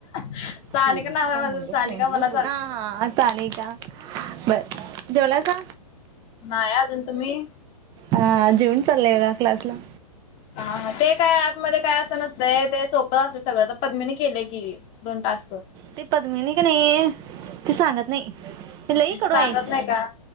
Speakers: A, on the left; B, on the right.
A: सानिका
B: जेवलीस
A: नाव आहे
B: काय
A: माझ
B: म्हणलं
A: सानिका
B: फ्रेंडली
A: म्हनात.
B: हा हा असं आहे का बर देवला जा
A: नाही अजून तुम्ही
B: ह जेवनस चालाव का क्लास ला.
A: हा हा ते काय ऍप मध्ये काय असं नसतंय ते सोपत असतंय सगळं तर पद्मीने केलंय की दोन टास्क.
B: ते पद्मीने का नाही ते सांगत नाही. लई कडु
A: सांगत
B: हाय.
A: नाही का